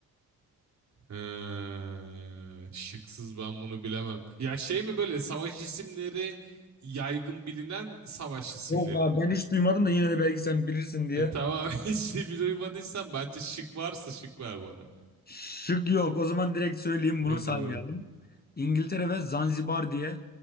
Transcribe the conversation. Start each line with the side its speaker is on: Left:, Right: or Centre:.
Right: Ee, şıksız ben bunu bilemem. Ya şey mi böyle savaş isimleri yaygın bilinen savaş isimleri
Left: Yok abi
Right: mi?
Left: ben hiç duymadım da yine de belki sen bilirsin diye.
Right: E, tamam <laughs> işte bir duymadıysan bence şık varsa şık ver bana.
Left: Şık yok. O zaman direkt söyleyeyim bunu
Right: Yok
Left: saymayalım.
Right: mu?
Left: İngiltere ve Zanzibar diye